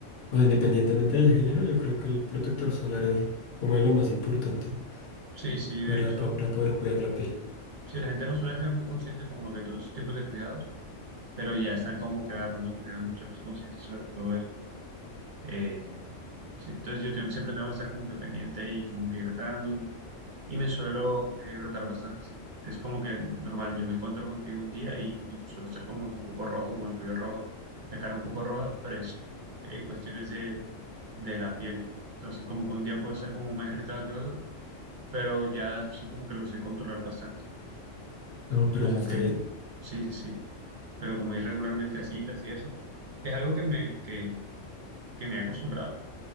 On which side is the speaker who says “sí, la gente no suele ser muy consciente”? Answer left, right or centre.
Right